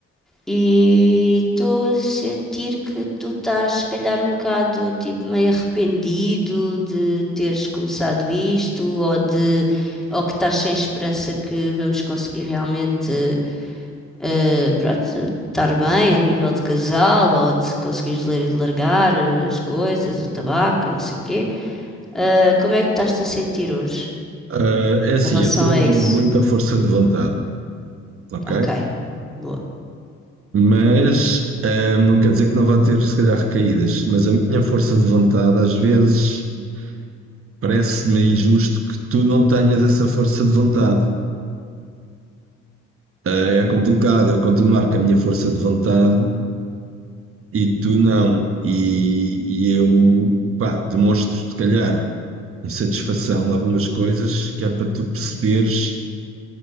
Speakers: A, in the centre; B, on the right.
A: E estou a sentir que tu estás, se calhar, um bocado tipo meio arrependido de teres começado isto, ou de, ou que estás sem esperança que vamos conseguir realmente, eh, pronto, estar bem a nível de casal, ou de conseguires ler e largar eh, as coisas, o tabaco e não sei o quê. Eh, como é que estás-te a sentir hoje
B: Ah, é assim,
A: em relação
B: eu estou
A: a
B: com
A: isso?
B: muita força de vontade, ok?
A: Ok, boa.
B: Mas ah, não quer dizer que não vá ter, se calhar, recaídas. Mas a minha força de vontade, às vezes, parece-me injusto que tu não tenhas essa força de vontade. É complicado eu continuar com a minha força de vontade e tu não. E, e eu, pá, demonstro, se calhar, insatisfação em algumas coisas que é para tu perceberes.